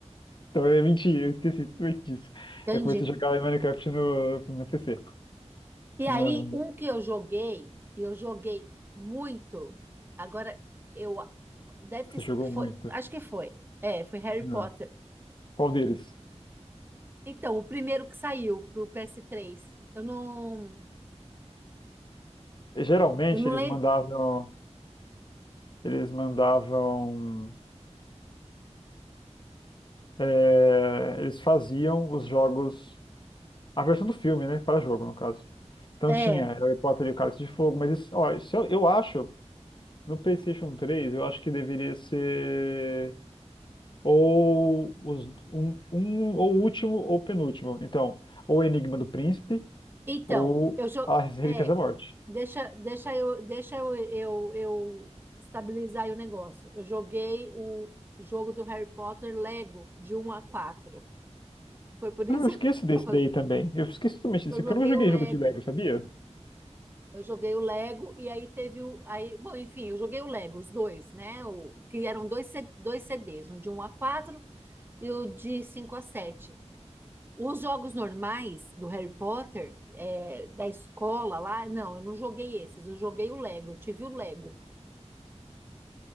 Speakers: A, on the left (about 40°); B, on the right (about 20°).
A: Então é mentira, eu esqueci tudo disso.
B: Entende?
A: Eu comecei a jogar Minecraft no, no PC.
B: E
A: No,
B: aí,
A: no-
B: um que eu joguei, e eu joguei muito, agora eu. Deve
A: você
B: ter,
A: jogou
B: si- foi,
A: muito.
B: acho que foi. É, foi Harry
A: Não.
B: Potter.
A: é. Qual deles?
B: Então, o primeiro que saiu pro PS3. Eu não.
A: Geralmente
B: Eu não
A: eles
B: lembro.
A: mandavam, eles mandavam, é, eles faziam os jogos, a versão do filme, né, para jogo no caso. Então
B: É.
A: tinha Harry Potter e o Cálice de Fogo, mas isso, ó, isso eu, eu acho no PlayStation 3, eu acho que deveria ser ou os, um, um ou o último ou penúltimo. Então, ou o Enigma do Príncipe
B: Então,
A: ou
B: eu jo...
A: As Relíquias
B: é,
A: da Morte.
B: deixa, deixa eu, deixa eu, eu, eu estabilizar aí o negócio. Eu joguei o jogo do Harry Potter Lego de um a quatro. Foi por
A: Ah,
B: isso
A: eu esqueço
B: <laughs> que
A: desse
B: eu falei.
A: daí também. Eu esqueço totalmente desse,
B: Eu joguei
A: porque eu não joguei
B: o Lego.
A: jogo de Lego, sabia?
B: Eu joguei o Lego e aí teve o aí, bom, enfim, eu joguei o Lego, os dois, né? O que eram dois C- dois CDs, um de um a quatro e o de 5 a 7. Os jogos normais do Harry Potter, é, da escola lá, não, eu não joguei esses, eu joguei o Lego, eu tive o Lego,